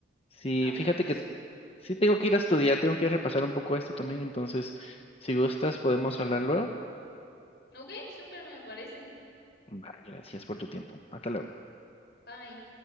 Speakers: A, on the left; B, on the left.
A: Sí,
B: Hablamos.
A: fíjate que sí tengo que ir a estudiar, tengo que repasar un poco esto también. Entonces, si gustas, podemos hablar luego.
B: Ok, súper me parece.
A: Bye, gracias por tu tiempo. Hasta luego.
B: Bye.